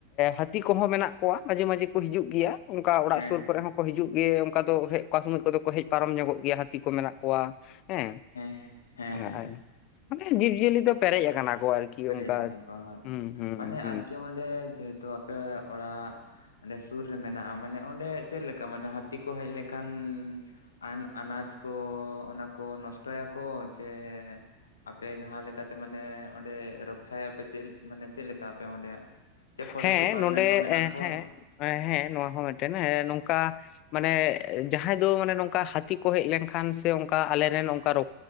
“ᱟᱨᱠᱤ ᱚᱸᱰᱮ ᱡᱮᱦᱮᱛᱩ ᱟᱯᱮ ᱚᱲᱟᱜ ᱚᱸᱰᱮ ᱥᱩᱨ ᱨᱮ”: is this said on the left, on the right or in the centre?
Left